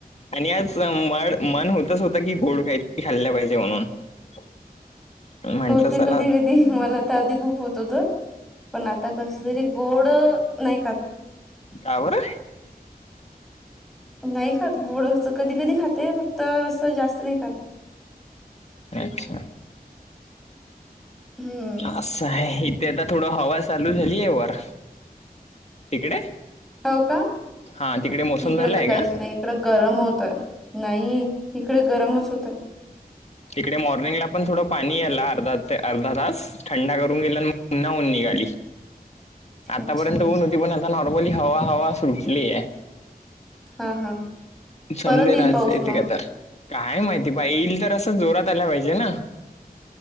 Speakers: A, on the left; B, in the centre.
A: आणि आज म मन होतच होत की गोड काही तरी खाल्ल पाहिजे म्हणून <unintelligible> म्हंटलं
B: होते
A: चला
B: कधी कधी मला तर आधी खूप होत होत पण आता कस घरी गोड नाही खात
A: का बर?
B: नाही खात गोड अस. कधी कधी खाते फक्त असं जास्त नाही खात.
A: अच्छा.
B: हम्म
A: असं आहे इथे आता थोड हवा- चालू झालीय वर. तिकडे?
B: हो का?
A: हा तिकडे मोसम
B: इकडे
A: झाला
B: तर
A: आहे
B: काहीच
A: का
B: नाही. इकड गरम होतय. नाही इकडे गरमच होतय.
A: इकडे मॉर्निंगला पण थोडं पाणी आला अर्धा ते अर्धा तास. थंडा करून गेला न पुन्हा ऊन निघाली. आत्तापर्यंत
B: अच्छा
A: ऊन होती. पण आता नॉर्मली हवा हवा सुटलीए.
B: हा हा
A: समजेल
B: परत येईल
A: आज
B: पाऊस
A: येते
B: मग
A: का तर. काय माहिती भाई. येईल तर असं जोरात आला पाहिजे ना?